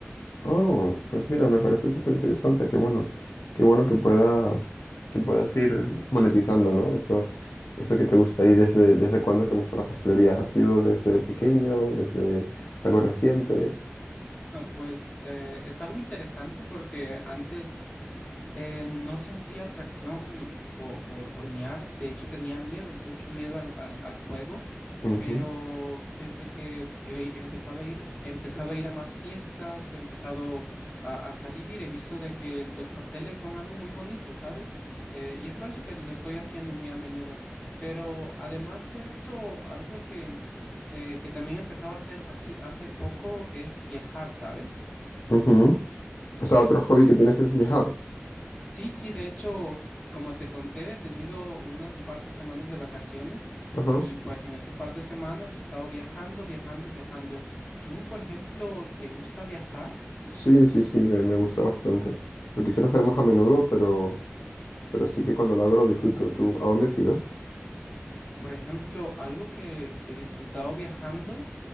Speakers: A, on the left (about 80°); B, on the left (about 25°).
A: Oh, pues mira, me parece súper interesante, qué bueno, qué bueno que puedas, que puedas ir monetizando, ¿no? Eso, eso que te gusta y desde, desde cuándo te gusta la pastelería. ¿Ha sido desde pequeño, desde algo reciente?
B: Ah, Pues eh, es algo interesante porque antes... Eh, no sentía atracción po- por, hornear, de hecho tenía miedo, mucho miedo al, al- al fuego,
A: Ujú,
B: pero desde que he empezado a ir, he empezado a ir a más fiestas, he empezado a, a salir, he visto de que los pasteles son algo muy bonito, ¿sabes? Eh, y es por eso que lo estoy haciendo muy a menudo. Pero además de eso, algo que, eh, que también he empezado a hacer hace, hace poco es viajar, ¿sabes?
A: ujú. O sea, otro hobby que tienes es viajar.
B: Sí, sí, de hecho, como te conté, he tenido una- un par de semanas de vacaciones
A: Ajá.
B: y pues en ese par de semanas he estado viajando, viajando y viajando. ¿Tú, por ejemplo, te gusta viajar?
A: Sí, sí, sí, me, me gusta bastante. Lo quisiera hacer más a menudo, pero, pero sí que cuando lo hago lo disfruto. ¿Tú a dónde has ido?
B: Por ejemplo, algo que he disfrutado viajando